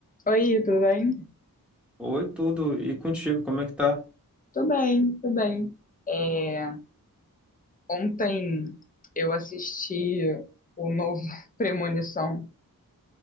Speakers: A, on the left; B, in the centre.
A: Oi, tudo bem?
B: Oi, tudo. E contigo, como é que tá?
A: Tô bem, tô bem. É, ontem eu assisti o novo <laughs> Premonição